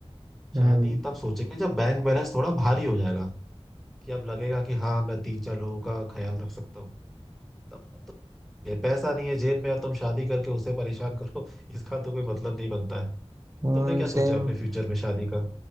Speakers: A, on the right; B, in the centre.
A: हम्म
B: शादी तब सोचेंगे जब बैंक बैलेंस थोड़ा भारी हो जाएगा कि अब लगेगा कि हाँ मैं तीन चार लोगों का ख्याल रख सकता हूँ तब तो ये पैसा नहीं है जेब में अब तुम शादी करके उसे परेशान करो <laughs> इसका तो कोई मतलब नहीं बनता है
A: हम्म
B: तुमने क्या
A: सेम
B: सोचा है अपने फ्यूचर में शादी का